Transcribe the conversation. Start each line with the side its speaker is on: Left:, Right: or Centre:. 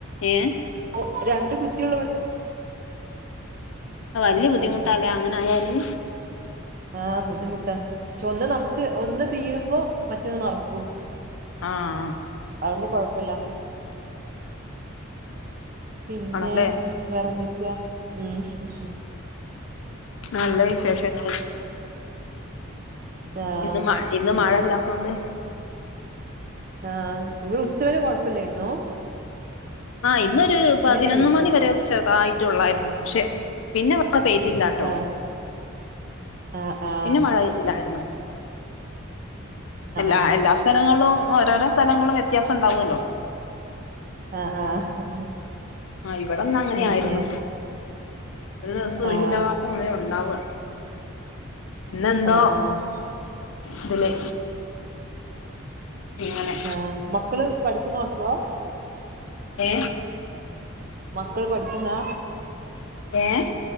Left: ഏഹേ?
Right: ഒ രണ്ട് കുറ്റിള്ളോണ്ട്
Left: വല്യ ബുദ്ധിമുട്ടാലേ
Right: അതെ
Left: അങ്ങനെ ആയാല്
Right: ആഹ് ബുദ്ധിമുട്ടാ പക്ഷെ ഒന്ന് നെറച്ച് ഒന്ന് തീരുമ്പോ മറ്റത്ത് നെറക്കും.
Left: ആഹാ
Right: അതൊണ്ട് കോഴപ്പല്ല.
Left: <inaudible>
Right: പിന്നെ
Left: ആണല്ലേ
Right: വേറന്തൊക്കെയാ? ഉം ഉം
Left: നല്ല വിശേഷങ്ങള്.
Right: ആഹ്
Left: ഇന്ന് മഴ ഇന്ന് മഴല്ലാത്തോണ്ട്
Right: ആഹ് ഇവിടെ ഉച്ചവരെ കുഴപ്പില്ലായിരുന്നു.
Left: ആ ഇന്നൊരു പതിനൊന്ന്
Right: ഇങ്ങനെ പെയ്യ്ണ്
Left: മണി വരെ ചെറ്തായിട്ടോള്ളായിരുന്നു പക്ഷെ പിന്നെ പെയ്തില്ലട്ടോ
Right: ആഹ് ആഹ് ആഹ്
Left: പിന്നെ മഴ ഇല്ലായിരുന്നു എല്ലാ
Right: ആഹ്
Left: സ്ഥലങ്ങളിലും ഓരോരോ സ്ഥലങ്ങളും വ്യത്യാസം ഉണ്ടാവുമല്ലോ.
Right: ആഹ ആഹ ആഹ്
Left: ആഹ് ഇവിടെന്നങ്ങനെയായിരുന്നു
Right: പിന്നെ
Left: ഒരു ദിവസം ഒഴിവില്ലാത്ത
Right: ആഹ്
Left: മഴ. ഒണ്ടാവാ ഇന്നെന്തോ
Right: ആഹ് ആഹ്
Left: ഇതില് ഇങ്ങനെ
Right: ആഹാ മക്കള് പഠിക്കുന്ന മക്കളാ?
Left: ഏ
Right: മക്കള് പഠിക്കുന്നാ
Left: ഏഹ്